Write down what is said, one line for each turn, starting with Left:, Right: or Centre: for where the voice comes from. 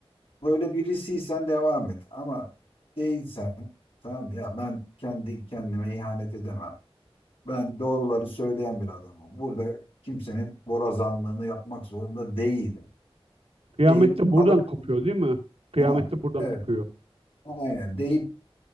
Left: böyle birisiysen devam et. Ama değilsen tamam ya ben kendi kendime ihanet edemem. Ben doğruları söyleyen bir adamım. Burada kimsenin borazanlığını yapmak zorunda değilim.
Right: Kıyamet
Left: Deyip
Right: de
Left: alıp
Right: buradan kopuyor değil mi? Kıyamet
Left: ha,
Right: de buradan
Left: evet
Right: kopuyor.
Left: aynen deyip